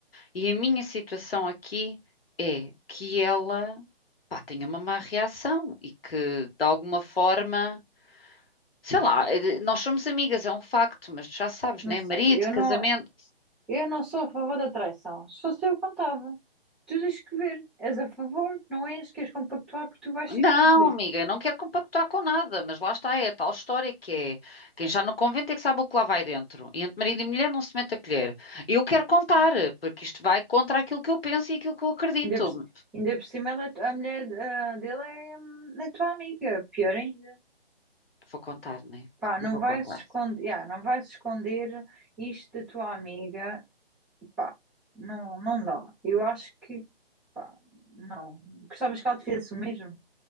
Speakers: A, on the left (about 70°); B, in the centre.
A: E a minha situação aqui é que ela, pá, tenha uma má reação e que, de alguma forma, sei lá, eh, nós somos amigas, é um facto, mas tu já sabes,
B: não
A: né?
B: sei.
A: Marido,
B: Eu
A: casamento.
B: não, eu não sou a favor da traição. Só Se fosse eu, contava. Tu tens que ver. És a favor, não és? Queres compactuar porque tu vais ser
A: Não,
B: cúmplice.
A: amiga, eu não quero compactuar com nada, mas lá está, é a tal história que é quem já no convento é que sabe o que lá vai dentro. E entre marido e mulher não se mete a colher. Eu quero contar, porque isto vai contra aquilo que eu penso e aquilo que eu acredito.
B: Ainda por, ci- ainda por cima, ela é tu- a mulher ah, dele é, hum, é tua amiga. Pior ainda.
A: Vou contar, né?
B: Pá, não
A: Eu vou
B: vai
A: contar.
B: se esconder, yeah, não vai se esconder isto da tua amiga. Pá, não, não dá. Eu acho que, pá, não. Gostavas que ela te fizesse o mesmo?